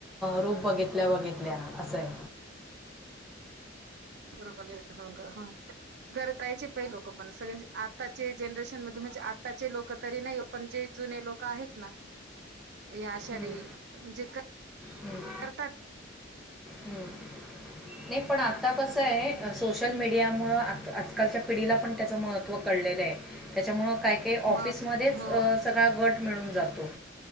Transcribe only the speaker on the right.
वीडो कॉल गेले हां का, हं जर तयचे पही लोकं पण सगळे आत्ताचे जनरेशन मध्ये म्हणजे आताचे लोकं तरी नाही आ पण जे जुने लोकं आहेत ना या आषाढी
जे क <inaudible>
करतात.
मग हो